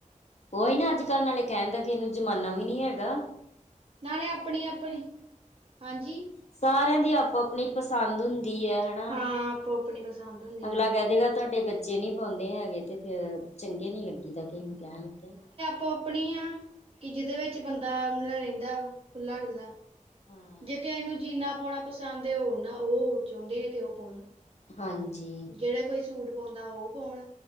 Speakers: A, on the left (about 55°); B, on the right (about 45°).
A: ਉਹੀ ਨਾ ਅੱਜਕੱਲ ਨਾਲੇ ਕਹਿਣ ਦਾ ਕਿਸੇ ਨੂੰ ਜਮਾਨਾ ਵੀ ਨਹੀਂ ਹੈਗਾ।
B: ਨਾਲੇ ਆਪਣੀ- ਆਪਣੀ, ਹਾਂਜੀ
A: ਸਾਰਿਆਂ ਦੀ ਆਪੋ ਆਪਣੀ ਪਸੰਦ ਹੁੰਦੀ ਹੈ। ਹਨਾ,
B: ਹਾਂ ਆਪੋ ਆਪਣੀ ਪਸੰਦ ਹੁੰਦੀ
A: ਅਗਲਾ
B: ਹੈ
A: ਕਹਿ ਕਹਿ ਦਏਗਾ ਤੁਹਾਡੇ ਬੱਚੇ ਨੀ ਪਾਉਂਦੇ ਹੈਗੇ ਤੇ ਫੇਰ, ਚੰਗੇ ਨੀ ਲੱਗੀ ਦਾ ਕਿਸੇ ਨੂੰ ਕਹਿਣ ਲੱਗਿਆ
B: ਪੌਂਪਣੀਆਂ, ਕਿ ਜਿਦੇ ਵਿੱਚ ਬੰਦਾ ਰਹਿੰਦਾ, ਖੁੱਲ੍ਹਾ-ਡੁੱਲ੍ਹਾ।
A: ਹਾਂ
B: ਜੇ ਤੇ ਕਿਸੇ ਨੂੰ ਜੀਨਾ ਪਾਉਣਾ ਪਸੰਦ ਹੈ ਉਹ ਨਾ ਉਹ ਚਾਹੁੰਦੇ ਤੇ ਉਹ ਪਾਉਣ
A: ਹਾਂਜੀ
B: ਜਿਹੜਾ ਕੋਈ ਸੂਟ ਪਾਉਂਦਾ ਉਹ ਪਾਉਣ,